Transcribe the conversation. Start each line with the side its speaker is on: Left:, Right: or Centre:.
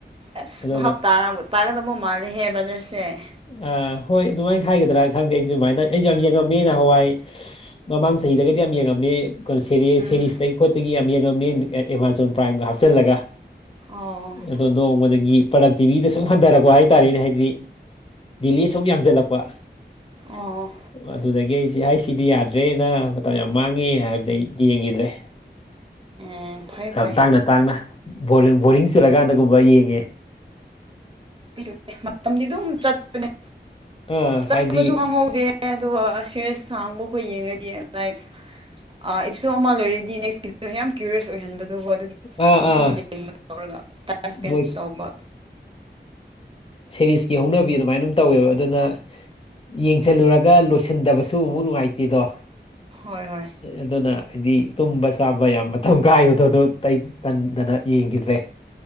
Right: ꯑꯁ
Left: ꯑꯗꯨꯅ
Right: ꯚꯥꯞ ꯇꯥꯔꯕ ꯇꯥꯒꯗꯕ ꯃꯥꯜꯂꯦꯍꯦ ꯕ꯭ꯔꯗꯔꯁꯦ
Left: ꯑꯥ ꯍꯣꯏ ꯑꯗꯨꯃꯥꯏꯅ ꯍꯥꯏꯒꯗ꯭ꯔꯥ ꯈꯪꯗꯦ ꯑꯩꯁꯨ ꯑꯗꯨꯃꯥꯏꯅ ꯑꯩꯁꯨ ꯌꯥꯝ ꯌꯦꯡꯉꯝꯃꯦ ꯅꯍꯥꯟꯋꯥꯏ ꯁꯤ ꯃꯃꯥꯡ ꯆꯍꯤꯗꯒꯗꯤ ꯌꯥꯝ ꯌꯦꯡꯉꯝꯃꯦ ꯀꯩꯅꯣ
Right: ꯎꯝ
Left: ꯁꯦꯔꯤꯁꯇꯒꯤ ꯈꯣꯠꯇꯒꯤ ꯌꯥꯝ ꯌꯦꯡꯉꯝꯃꯦ ꯑꯦꯃꯥꯖꯣꯟ ꯄ꯭ꯔꯥꯏꯝꯒ ꯍꯥꯞꯆꯤꯜꯂꯒ
Right: ꯑꯣ
Left: ꯑꯗꯣ ꯅꯣꯡꯃꯗꯒꯤ ꯄ꯭ꯔꯗꯛꯇꯤꯚꯤꯗ ꯁꯨꯝ ꯍꯟꯊꯔꯛꯄ ꯍꯥꯏꯇꯥꯔꯦꯅꯦ ꯍꯥꯏꯗꯤ ꯗꯤꯜꯂꯦ ꯁꯨꯝ ꯌꯥꯝꯖꯤꯜꯂꯛꯄ
Right: ꯑꯣ
Left: ꯑꯗꯨꯗꯒꯤ ꯑꯩꯁꯤ ꯍꯥꯏ ꯁꯤꯗꯤ ꯌꯥꯗ꯭ꯔꯦꯅ ꯃꯇꯝ ꯌꯥꯝ ꯃꯥꯡꯉꯦ ꯍꯥꯏꯕꯗ ꯌꯦꯡꯈꯤꯗ꯭ꯔꯦ
Right: ꯑꯦ ꯐꯩ
Left: ꯌꯥꯝ
Right: ꯐꯩ
Left: ꯇꯥꯡꯅ ꯇꯥꯡꯅ ꯕꯣ ꯕꯣꯔꯤꯡ ꯆꯨꯔꯀꯥꯟꯗꯒꯨꯝꯕ ꯌꯦꯡꯉꯦ
Right: ꯚꯝꯗꯤꯑꯣ ꯃꯇꯝꯗꯤ ꯑꯗꯨꯝ ꯆꯠꯄꯅꯦ
Left: ꯑꯥ
Right: ꯆꯠꯄꯁꯨ
Left: ꯍꯥꯏꯗꯤ
Right: ꯈꯪꯍꯧꯗꯦ ꯑꯗꯨꯒ ꯐꯔꯦꯁ ꯁꯥꯡꯕ ꯑꯩꯈꯣꯏ ꯌꯦꯡꯉꯗꯤ ꯂꯥꯏꯛ ꯑꯦꯄꯤꯁꯣꯠ ꯑꯃ ꯂꯣꯏꯔꯗꯤ ꯅꯦꯛꯁꯀꯤꯗꯣ ꯌꯥꯝ ꯀ꯭ꯌꯨꯔꯤꯌꯁ ꯑꯣꯏꯍꯟꯕꯗꯣꯕꯨ ꯑꯗꯨꯒꯤ
Left: ꯑꯥ
Right: ꯍꯦꯟꯅ
Left: ꯑꯥ
Right: ꯌꯦꯡꯕ ꯇꯧꯔꯒ ꯇꯥꯏꯝ ꯏꯁꯄꯦꯟ
Left: ꯃꯣꯏ
Right: ꯇꯧꯕ
Left: ꯁꯦꯔꯤꯁꯀꯤ ꯍꯧꯅꯕꯤ ꯑꯗꯨꯃꯥꯏꯅ ꯑꯗꯨꯝ ꯇꯧꯋꯦꯕ ꯑꯗꯨꯅ ꯌꯦꯡ ꯖꯤꯜꯂꯨꯔꯒ ꯂꯣꯏꯁꯤꯟꯗꯕꯁꯨ ꯑꯃꯨꯛ ꯅꯨꯡꯉꯥꯏꯇꯦꯗꯣ
Right: ꯍꯣꯏ ꯍꯣꯏ
Left: ꯑꯗꯨꯅ ꯍꯥꯏꯗꯤ ꯇꯨꯝꯕ ꯆꯥꯕ ꯌꯥꯝ ꯃꯇꯝ ꯀꯥꯏꯕꯗꯣ ꯑꯗꯨ ꯇꯩꯇꯟꯗꯅ ꯌꯦꯡꯒꯤꯗ꯭ꯔꯦ